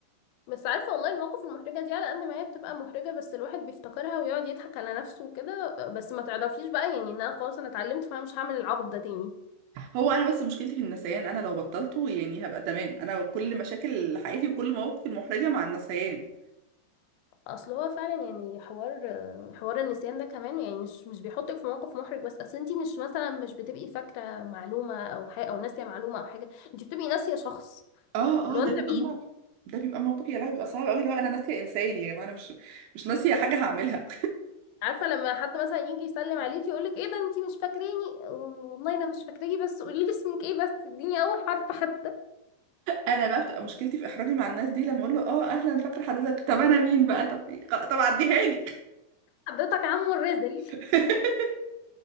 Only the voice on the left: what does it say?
بس عارفة والله المواقف المحرجة دي على قد ما هي بتبقى محرجة بس الواحد بيفتكرها ويقعد يضحك على نفسه وكده بس ما تعرفيش بقى يعني ان انا خلاص انا اتعلمت فانا مش هعمل العبط ده تاني
اصل هو فعلا يعني حوار حوار النسيان ده كمان يعني مش مش بيحطك في موقف محرج بس اصل انتي مش مثلا مش بتبقي فاكرة معلومة او حاجة او ناسية معلومة او حاجة انتي بتبقي ناسية شخص
اللي
هو
انت
مين
عارفة لما حد مثلا يجي يسلم عليكي يقولك ايه ده انتي مش فاكراني والله انا مش فاكراكي بس قوليلي اسمك ايه بس اديني اول حرف حتى
حضرتك عمو الرزل